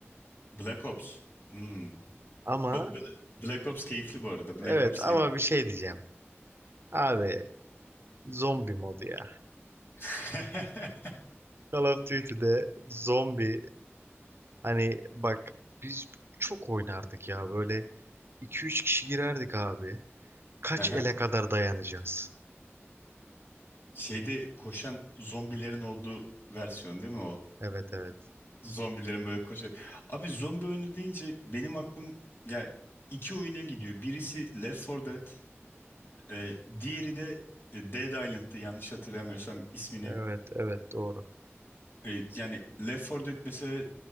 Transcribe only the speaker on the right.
Ama
evet
ama bir şey diyeceğim. Abi zombi modu ya.
Call of Duty'de zombi hani bak biz çok oynardık ya böyle iki üç kişi girerdik abi. Kaç
ele kadar dayanacağız?
Evet evet.
Evet evet doğru.